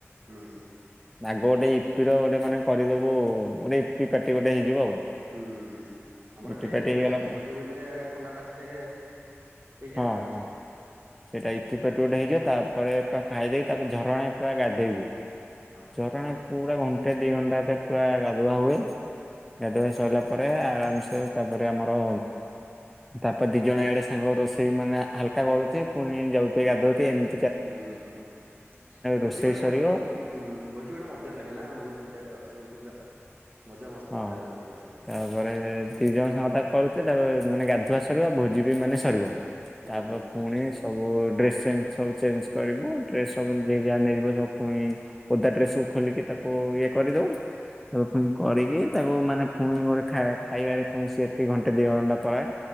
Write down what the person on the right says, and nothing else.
ହୁଁ।
ହୁଁ ହୁଁ ଆମର
ଏଠି
ଭୋଜି ଫୋଜି ରେ ଆଗ ଥଣ୍ଡା ପାଟି ଟେ ହେଇଯାଏ
ଆଉ କଣ।
ହୁଁ ହୁଁ।
ହଁ।
ହୁଁ
ଉଁ ହୁଁ ଭୋଜି
ଗୋଟେ
ମଜ୍ ବୋହୁତ ହୁଁ ଭୋଜି ଗୋଟେ ମଜା ଲାଗେନା ଆଉ, ବୋହୁତ୍ ଗୋଟେ ହସ ଖୁସି ଗୋଟେ ଆଉ, ମଜା ମସ୍ତି
ପୁରା ଭୋଜିଟା।
ହୁଁ
ହୁଁ